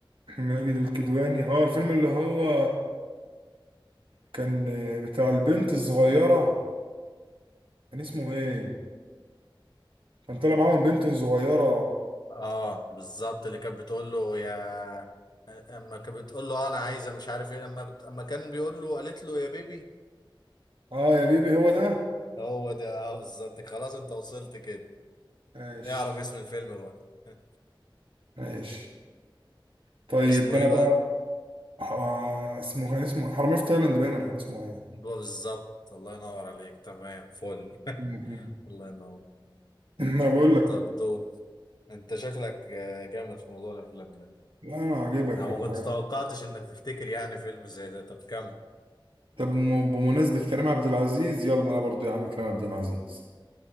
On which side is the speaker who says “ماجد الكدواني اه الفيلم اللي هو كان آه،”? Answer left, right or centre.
Right